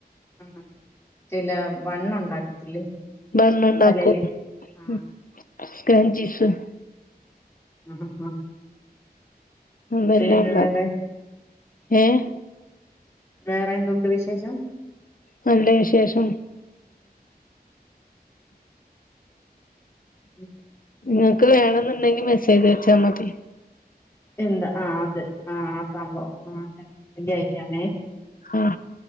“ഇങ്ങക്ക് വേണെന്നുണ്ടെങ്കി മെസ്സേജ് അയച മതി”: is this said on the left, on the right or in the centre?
Left